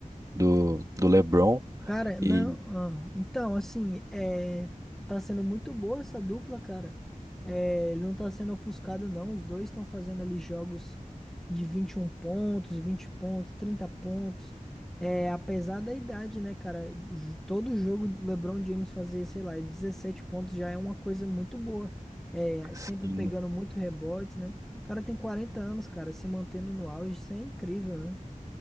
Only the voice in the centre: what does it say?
Cara, não.
ah, então, assim, é, tá sendo muito boa essa dupla, cara. É, ele não tá sendo ofuscado, não. Os dois estão fazendo ali jogos de 21 pontos, 20 pontos, 30 pontos. É, apesar da idade, né, cara? Ju- Todo jogo do LeBron James fazer, sei lá, 17 pontos já é uma coisa muito boa. É,
sempre pegando muito rebotes, né? O cara tem 40 anos, cara, se mantendo no auge, isso é incrível, né?